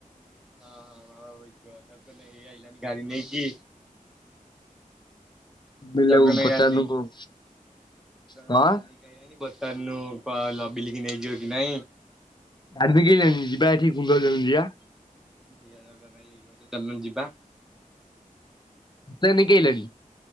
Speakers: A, in the centre; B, on the left (about 30°).
A: ହଁ ହଁ ବାବା ବାଇଥିବ ତା ହେଇ ଆଇିଲଣି ଗାଡି ନେଇକି।
B: ବେଲାକୁ
A: ଜଗନ
B: ପଚାରୁନୁ
A: ଆଇ ଗାଡି ନେଇକି
B: କୋଉ
A: ଜଗନ୍ନା
B: ହଁ
A: ଗଡି ନେଇକି ଆଇଲାନି ପଚନୁ। ଲବିଲ କି ନେଇଯିବ କି ନାଇଁ?
B: ଗାଡିରେ କିଏ ଯାଇଛନ୍ତି ଯିବା ଏଠି କୁନ୍ଦ ଯିବା।
A: ଏଇଆ ଦରକାର ନାହିଁ ଚାଲୁନ ଯିବା।
B: ମତେ ଦେଖେଇଲାଣି।